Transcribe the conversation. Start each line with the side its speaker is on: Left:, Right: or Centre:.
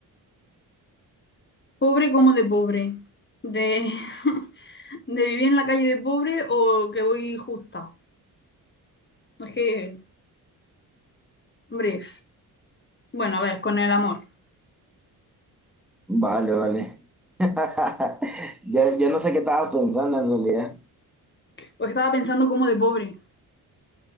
Left: pobre como de pobre. De, <laughs> de vivir en la calle de pobre o que voy justa. Es que, hombre, bueno, a ver, con el amor.
Centre: Vale, vale. <laughs> Ya, ya no sé qué estaba pensando en realidad.
Left: Pues estaba pensando como de pobre.